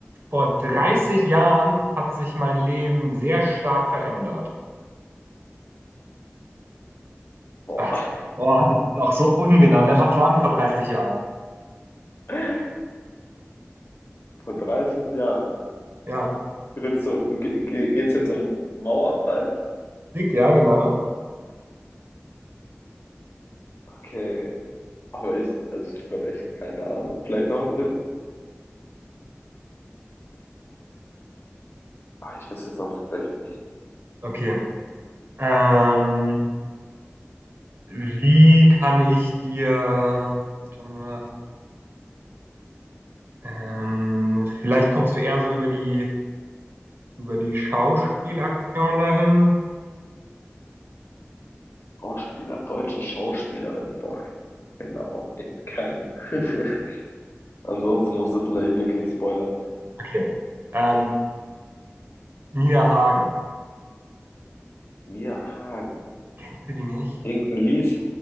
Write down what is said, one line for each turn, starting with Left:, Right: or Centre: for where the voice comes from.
Right: vor 30 Jahren hat sich mein Leben sehr stark verändert.
Left: Boah,
Right: Ach, Oh, das ist auch so ungenau. Ne? Was war denn vor 30 Jahren?
Left: <laughs> vor 30 Jahren.
Right: Ja,
Left: Du Redest du, ge ge geht's jetzt um Mauerfall?
Right: dick, ja, genau.
Left: Okay, aber ich, also ich habe gerade echt keine Ahnung. Vielleicht noch ein Tipp? Ah, ich wüsste sonst echt nicht.
Right: Okay. Ähm, wie kann ich dir danach, ähm, vielleicht kommst du eher so über die, über die Schauspielaktion dahin.
Left: Schauspieler, deutsche Schauspielerin. Boah, genau, echt kein. <laughs> Ansonsten musst du vielleicht wirklich spoilern.
Right: Okay. Ähm, Nina Hagen.
Left: Mia Hagen,
Right: Kennst du die nicht?
Left: irgendein Lies.